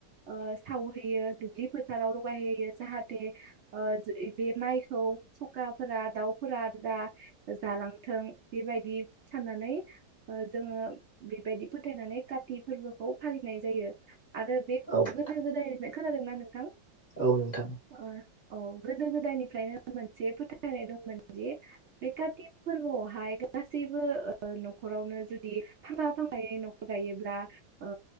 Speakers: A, on the right; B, on the left.
A: ओ थाव होयो दुब्लि फोथाराव लगायहैयो जाहा दि ओ बे माइखौ सखाफोरा दाउफोरा दा जालांथों बेबायदि साननानै ओ जोङो बेबायदि फोथायनानै काति फोरबो खौ फालिनाय जायो आरो बे
B: औ नोंथां
A: गोदो गोदायनिफ्राइ खोनादों ना नोंथां
B: औ नोंथां
A: ओ, औ गोदो गोदाननिफ्रायनो मोनसे फोथायनाय दंमोनदि बे काति फोरबोआवहाय गासैबो ओ ओ न'खरावनो जुदि <unintelligible> गायोब्ला ओ